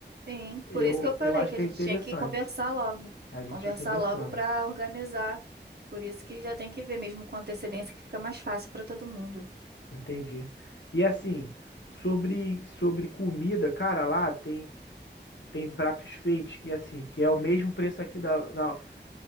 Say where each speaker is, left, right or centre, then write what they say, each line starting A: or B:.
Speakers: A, on the right; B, on the left.
A: sim.
B: eu,
A: Por isso que eu falei
B: eu acho
A: que
B: que
A: a gente
B: é interessante
A: tinha que conversar logo.
B: a gente
A: Conversar
B: ir conversando,
A: logo para organizar. Por isso que já tem que ver mesmo com antecedência, que fica mais fácil para todo mundo.
B: entendi. E assim, sobre, sobre comida, cara, lá tem, tem pratos feitos que assim, que é o mesmo preço aqui da, da